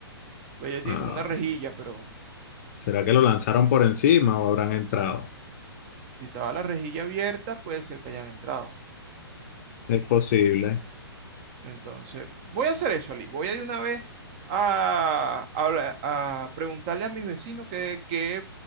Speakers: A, on the right; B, on the left.
A: Pues ella tiene
B: Ah,
A: como una rejilla, pero
B: ¿será que
A: no,
B: lo lanzaron por encima o habrán entrado?
A: Si estaba la rejilla abierta, puede ser que hayan entrado.
B: Es posible.
A: Entonces, voy a hacer eso, Ali. Voy a de una vez a, a- a preguntarle a mis vecinos qué, qué